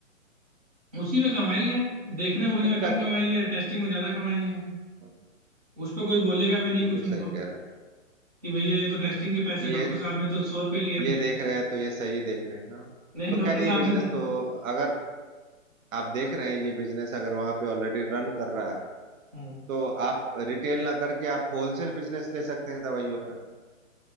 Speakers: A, on the right; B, on the right.
A: उसी में कमाई है देखने उखने में
B: उनका
A: कम कमाई है टेस्टिंग में ज्यादा कमाई है
B: हाँ,
A: उस पर कोई बोलेगा भी नहीं
B: बिल्कुल
A: कुछ उनको
B: सही कह रहे हैं
A: कि भैया ये तो टेस्टिंग के पैसे
B: ये
A: डॉक्टर साहब ने तो सौ रुपए लिए अपने
B: ये देख रहे हैं तो ये सही देख रहे हैं हाँ
A: नहीं
B: तो
A: डॉक्टर
B: खैर ये
A: साहब ने
B: बिजनेस
A: तो
B: तो अगर आप देख रहे हैं ये बिजनेस अगर वहाँ पे ऑलरेडी रन कर रहा है
A: हम्म
B: तो आप रिटेल ना करके आप होलसेल बिजनेस ले सकते हैं दवाइयों का